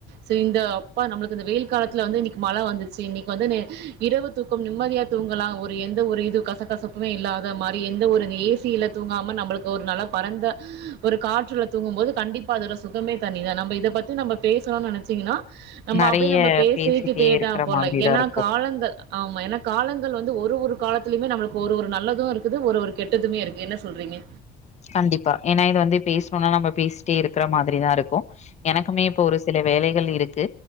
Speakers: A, on the right (about 80°); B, on the left (about 40°).
A: செய் இந்த அப்பா நம்ளுக் த இந்த வெயில் காலத்துல வந்து இன்னிக்கு மழ வந்துச்சு இன்னிக்கு வந்து நே இரவு தூக்கம் நிம்மதியா தூங்கலா ஒரு எந்த ஒரு இது கசக்கசப்புமே இல்லாத மாரி எந்த ஒரு ஏசியில தூங்காம நம்பளுக்கு ஒரு நல்ல பறந்த ஒரு காற்றுல தூங்கு போது கண்டிப்பா அதோட சுகமே தனி தா நம்ப இத பத்தி நம்ப பேசணுன் நெனச்சீங்னா நம்ம
B: நெறைய
A: அப்டியே நம்ம பேசிக்கு
B: பேசிட்டே
A: தே
B: இருக்கிற
A: த போல
B: மாதிரி
A: ஏனா
B: தான் இருக்கும்.
A: காலங்கள் ஆமா ஏன காலங்கள் வந்து ஒரு ஒரு ஒரு காலத்துலியுமே நம்மளுக்கு ஒரு ஒரு நல்லது இருக்குது ஒரு ஒரு கெட்டதுமே இருக்கு என்ன சொல்றீங்க
B: கண்டிப்பா ஏனா இது வந்து பேஸ்ணுனா நம்ப பேஸ்ட்டே இருக்கிற மாதிரிதா இருக்கு எனக்குமே இப்ப ஒரு சில வேலை கள் இருக்கு